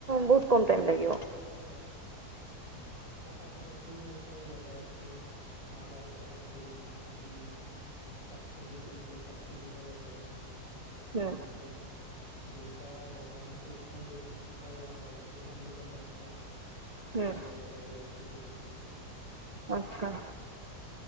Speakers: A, on the right; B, on the left.
A: ବୋହୁତ କମ ଟାଇମ ଲାଗିବ।
B: ହୁଁ ତା ପାଖାପାଖି ବି ବୋହୁତ ସାରା ଜାଗା ଅଛି। ମହାକାଳେଶ୍ୱର ପାଖରେ ଯେମିତି କିି ହର୍ଷଦୀ ଟେମ୍ପଲ ଶକ୍ତି ପୀଠ ଗୋଟେ ଅଛି ତାପରେ
A: ହୁଁ
B: ସେଇଠୁ ଯୋଉଟା ଭଗବାନ କୃଷ୍ଣ ଯୋଉଠି ଶିକ୍ଷା ଗ୍ରହଣ କରିଥିଲେ ସନ୍ଦୀପନି ଆଶ୍ରମ।
A: ହୁଁ
B: ସେଇ ଜାଗା ଟା ବି ଅଛି ସେଇଠି।
A: ଆଛା।